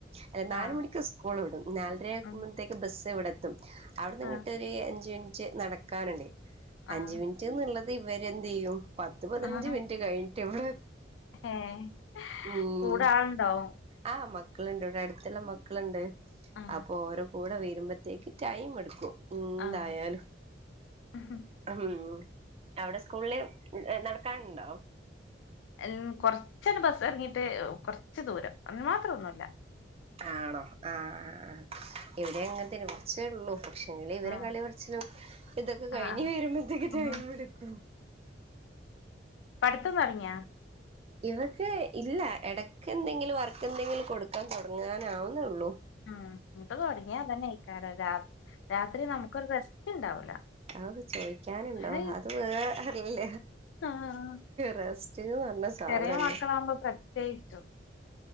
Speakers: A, on the right; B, on the left.
A: അല്ല നാലുമണിക്ക്
B: ആഹ്
A: സ്കൂള് വിടും നാലര ആകുംമ്പത്തേക്ക്
B: ഉം
A: ബസ് ദിവിടെത്തും അവിന്ന്ങ്ങട്ടൊര്
B: ആഹ്
A: അഞ്ചിൻ റ്റ് നടക്കാന്ണ്ടെ അഞ്ച്
B: ആഹ്
A: മിനിറ്റ്ന്ന്ള്ളത് ഇവര് എന്ത്‌ ചെയ്യും പത് പത്ത് പതിനഞ്ച്
B: ആഹ്
A: മിനിറ്റ് കഴി ട്ടിവിള്
B: ഏഹ്
A: ഉം
B: കൂടെ ആളുണ്ടാവും
A: ആ മ ക്കളിണ്ട് ഇവിടെ അടുത്തിള്ള മക്കളിണ്ട്.
B: ആഹ്
A: അപ്പൊ ഓരോ <unintelligible> വരുമ്പത്തേക്ക് ടൈം എടുക്കും ഇന്തായാലും
B: ആഹ് ഉം
A: അം അവിടെ സ്കൂളില് ഇ ഇം നട ക്കണ്ടൊ
B: എൻ കൊറച്ചന ബസ് ഇറങ്ങിട്ട് കൊറച്ച് ദൂരം അതിന് മാത്രം ഒന്നു ഇല്ല
A: ആണോ ആഹ് ഇവിടെ അങ്ങനത്തെനെ കുറച്ചേ ഉള്ളൂ പക്ഷെങ്കില് ഇവരെ
B: ആഹ്
A: കളികൊർച്ച്‌ ഇതൊക്കെ കഴിഞ്ഞു
B: ആഹ്
A: വരുമ്പോഴത്തേക്ക്
B: ഉം
A: ടൈം എടുക്കും.
B: പഠിത്തം തുടങ്ങിയാ?
A: ഇവക്ക് ഇല്ല ഇടക്ക് എന്തെങ്കിലും വർക്ക് എന്തെങ്കിലും കൊടുക്കാൻ തുടങ്ങാനാവുന്നേഉള്ളൂ
B: ഇം ഇട്ട് തുടങ്ങിയാ അതന്നെ <unintelligible> രാ രാത്രി നമുക്കൊരു റെസ്റ്റ് ഇണ്ടാവൂല
A: അത് ചോയ്ക്കാനിണ്ടോ
B: ഹയ്
A: അത് വേറല്ല
B: ആഹ്
A: റെസ്റ്റ്ന്ന് പറഞ്ഞ സാധനിണ്ടോ
B: ചെറിയ മക്കളാവുമ്പോ പ്രത്യേകിച്ചും